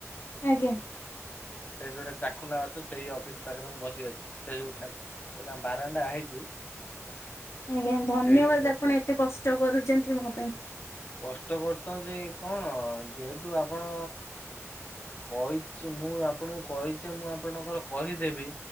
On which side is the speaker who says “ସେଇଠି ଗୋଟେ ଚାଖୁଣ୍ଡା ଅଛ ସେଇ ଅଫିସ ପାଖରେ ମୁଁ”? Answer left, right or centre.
Left